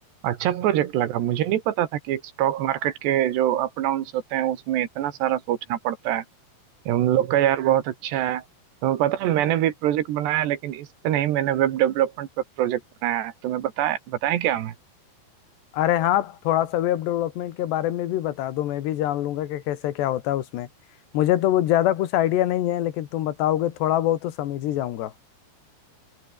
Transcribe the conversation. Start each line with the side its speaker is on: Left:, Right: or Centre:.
Right: अच्छा प्रोजेक्ट लगा मुझे नहीं पता था कि एक स्टॉक मार्केट के जो अप डाउन्स होते हैं उसमें इतना सारा सोचना पड़ता है ये हम लोग का यार बहुत अच्छा है तुम्हें पता है मैंने भी प्रोजेक्ट बनाया लेकिन इस पे नहीं मैंने वेब डेवलपमेंट पे प्रोजेक्ट बनाया है तुम्हें बताया बताएं क्या
Left: अरे हाँ थोड़ा सा वेब डेवलपमेंट के बारे में भी बता दो मैं भी जान लूंगा कि कैसे क्या होता है उसमें मुझे तो वो ज्यादा कुछ आइडिया नहीं है लेकिन तुम बताओगे थोड़ा बहुत तो समझ ही जाऊंगा